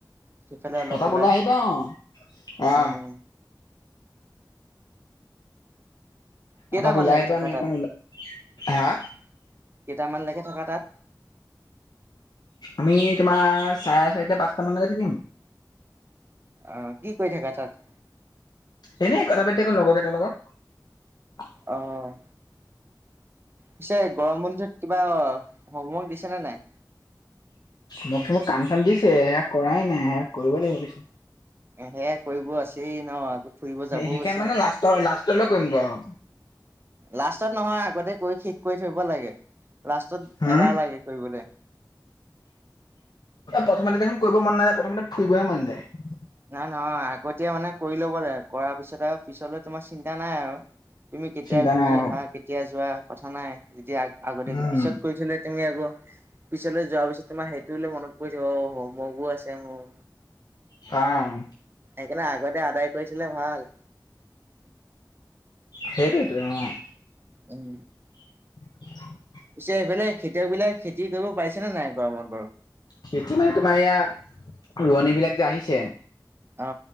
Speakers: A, on the right; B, on the left.
A: সিফালে অলপ
B: এপাক
A: ওলাই,
B: আহিবা অ অ
A: উম। কেইটামান
B: এপাক ওলাই
A: লাগে
B: আহিবা
A: থাকা
B: আমি
A: তাত
B: অকণ ওলা হা
A: কেইটামানলেকে থাকা তাত?
B: আমি তোমাৰ চাৰে চাৰিটা পাঁচটা মানলৈকে থাকিম।
A: আহ, কি কৰি থাকা তাত?
B: এনে কথা পাতি থাকো লগ কেইটাৰ লগত।
A: অহ' পিছে, গৰম বন্ধুত কিবা আহ হোমৱৰ্ক দিছেনে নাই?
B: মোক টো কাম চাম দিছে হেয়া কৰাই নাই, কৰিব লাগিব পিছে।
A: হেয়াই কৰিব আছেই ন আকৌ ফুৰিব যাবও
B: সেইখন
A: আছে।
B: মানে লাষ্টৰ লাষ্টলৈ কৰিম গৈ আৰু
A: লাষ্টত নহয় আগতে কৈ শেষ কৰি থাকিব নেলাগে, লাষ্টত
B: হম
A: এলাহ লাগে কৰিবলৈ।
B: প্ৰথমতে দেখোন কৰিব মন নায় প্ৰথমতে ফুৰিবহে মন যায়।
A: নাই নহয় আগতীয়া মানে কৰি ল'ব লাগে। কৰাৰ পিছত আৰু পিছলৈ তোমাৰ চিন্তা নাই আৰু। তুমি কেতিয়া
B: চিন্তা
A: ঘূৰি
B: নাই আৰু
A: আহা কেতিয়া যোৱা কথা নাই। যেতিয়া আ-আগতে
B: উম
A: পিছত কৰি থলে তুমি আকৌ পিছলৈ যোৱাৰ পিছত তোমাৰ সেইটোলে মনত পৰি থাকিব। অ হমৱৰ্কবোৰ আছে মোৰ
B: কাম।
A: সেইকাৰণে আগতে আদায় কৰিথলে ভাল।
B: সেইটোৱেটো অ।
A: উম
B: <inaudible>
A: পিছে এইফালে খেতিয়ক বিলাক খেতি কৰিব পাৰিছেনে নাই গৰমত বাৰু?
B: খেতি মানে তোমাৰ এয়া ৰোৱনী বিলাক যে আহিছে
A: অ।